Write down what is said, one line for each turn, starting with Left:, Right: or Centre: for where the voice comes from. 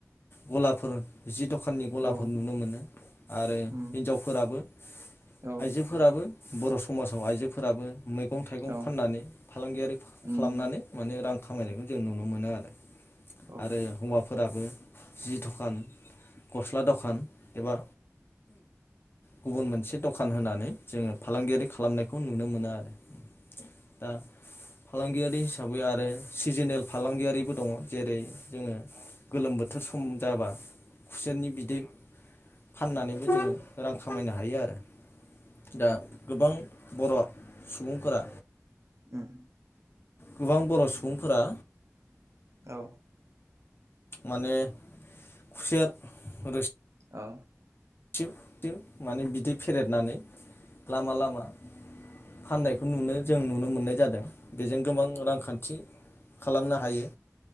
Left: गलाफोर जि दखाननि गलाफोर
Right: औ
Left: नुनो मोनो आरो
Right: उम
Left: हिनजावफोराबो
Right: औ उम औ
Left: आइजोफोराबो
Right: उम औ उम औ
Left: बर सम समाजाव आइजोफोराबो मै। मैगं थाइगं
Right: औ
Left: फाननानै
Right: उम औ
Left: फालांगियारि
Right: उम
Left: खालामनानै माने रां खामानिमोन जों नुनो मोनो आरो‌।
Right: औ
Left: आरो हौवाफोराबो जि दखान गस्ला दखान एबा गुबुन मोनसे दखान होनानै। जोङो फालांगियारि खालामनायखौ नुनो नुनो मोनो आरो। दा फालांगियारि हिसाबै आरो। सिजनेल फालांगियारिबो दङ जेरै जोङो गोलोम बोथोर। बोथोर सम जाबा खुसेयातनि बिदै फाननानैबो जोङो रां खामायनो हायो आरो। दा गोबां बर' सुबुंफोरा।
Right: उम
Left: गोबां बर' सुबुंफोरा
Right: औ
Left: माने खुसेर रोस
Right: औ
Left: थिव थिव माने बिदै फेरेदनानै लामा लामा फाननायखौ नुनो जों नुनो मोननाय जादों। बेजों गोबां रांखान्थि खालामनो हायो